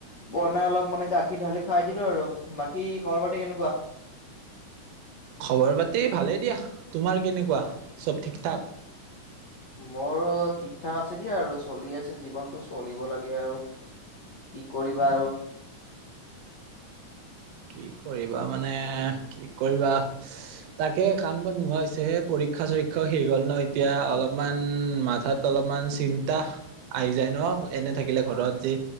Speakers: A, on the left; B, on the right.
A: বনাই অলপ মানে গাখীৰ ঢালি খাই দিলো আৰু, বাকী খবৰ পাতি কেনেকুৱা?
B: খবৰ পাতি ভালেই দিয়াহ। তোমাৰ কেনেকুৱা? চব ঠিকঠাক?
A: মোৰো ঠিক ঠাক আছে দিয়া আৰু চলি আছে জীৱনটো চলিব লাগে আৰু কি কৰিবা
B: অ
A: আৰু।
B: কি কৰিবা মানে কি কৰিবা? তাকে কাম বন নোহোৱা হৈছেহে পৰীক্ষা চৰীক্ষাও শেষ হ'ল ন এতিয়া অলপমান মাথাত অলপমান চিন্তা আহি যায় ন, এনে থাকিলে ঘৰত যে